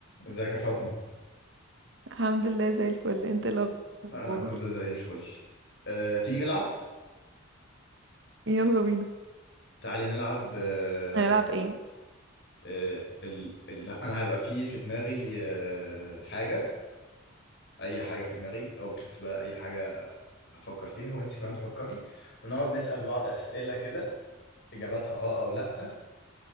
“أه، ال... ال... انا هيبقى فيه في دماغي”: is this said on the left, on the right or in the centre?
Left